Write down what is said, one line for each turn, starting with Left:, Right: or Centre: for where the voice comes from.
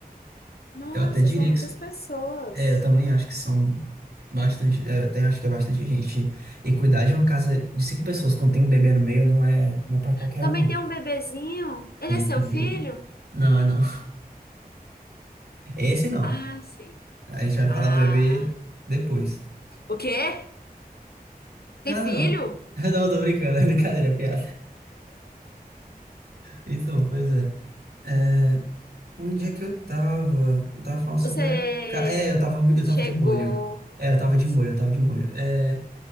Left: Nossa,
Right: Eu até diria
Left: são muitas
Right: que, s-
Left: pessoas.
Right: eh, eu também acho que são bastante, eh, eu até acho que é bastante gente. E cuidar de uma casa de cinco pessoas quando tem um bebê no meio não é, não é para qualquer
Left: Também
Right: um, não.
Left: tem um bebezinho. Ele
Right: Tem,
Left: é seu
Right: tem um
Left: filho?
Right: bebê. Não, é não. Esse não.
Left: Ah, sim.
Right: A gente vai
Left: Ah.
Right: falar do bebê depois.
Left: O quê? Tem
Right: Nada,
Left: filho?
Right: não. <laughs> Não, tô brincando, é brincadeira, é piada. Então, pois é. É, um dia que eu tava. Eu tava falando sobre
Left: Você
Right: a. ca- É, eu tava muito. Eu tava
Left: chegou.
Right: de molho. É, eu tava
Left: Isso.
Right: de molho, eu tava de molho. É,